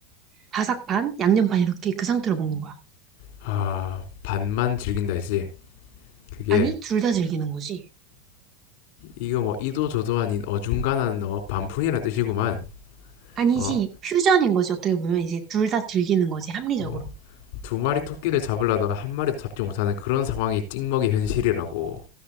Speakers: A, on the right (about 35°); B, on the left (about 60°).
A: 바삭 반, 양념 반 이렇게 그 상태로 먹는 거야.
B: 아, 반만 즐긴다 했지. 그게,
A: 아니, 둘 다 즐기는 거지.
B: 이거 뭐, 이도 저도 아닌 어중간한 어, 반푼이라 뜻이구만.
A: 아니지,
B: 어,
A: 퓨전인 거지. 어떻게 보면 이제 둘 다 즐기는 거지. 합리적으로.
B: 어, 두 마리 토끼를 잡으려다가 한 마리도 잡지 못하는 그런 상황이 찍먹이 현실이라고.